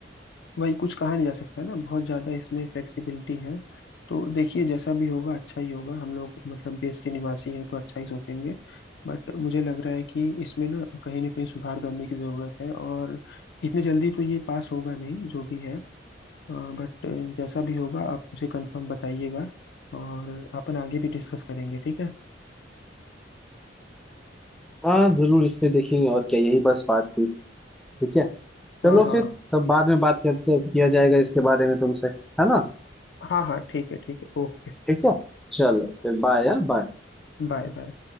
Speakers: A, on the left (about 70°); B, in the centre.
A: वही कुछ कहा नहीं जा सकता ना बहुत ज्यादा इसमें फ्लेक्सिबिलिटी है तो देखिए जैसा भी होगा अच्छा ही होगा हम लोग मतलब देश के निवासी हैं तो अच्छा ही सोचेंगे बट मुझे लग रहा है कि इसमें ना कहीं ना कहीं सुधार करने की जरूरत है और इतने जल्दी तो ये पास होगा नहीं जो भी है बट जैसा भी होगा आप मुझे कंफर्म बताइएगा और अपन आगे भी डिस्कस करेंगे ठीक है
B: हाँ जरूर इसमें देखेंगे और क्या यही बस बात थी ठीक है
A: हाँ
B: चलो
A: हाँ
B: फिर तब बाद में बात करते किया जाएगा इसके बारे में तुमसे है ना
A: हाँ हाँ ठीक है ठीक है ओके
B: ठीक है चलो फिर बाय बाय
A: Bye bye